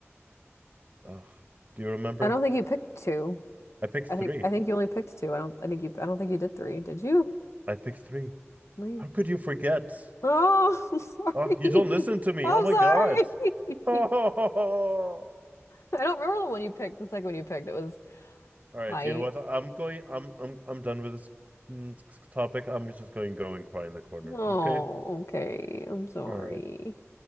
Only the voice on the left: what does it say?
I don't think you picked two.
I
think, I think you only picked two. I don't, I think you, I don't think you did three. Did you?
No, you-
Oh, <laughs> I'm sorry.
<laughs>
I'm
sorry.
<laughs>
I don't remember the one you picked, the second one you picked. It was
height.
Oh,
okay. I'm sorry.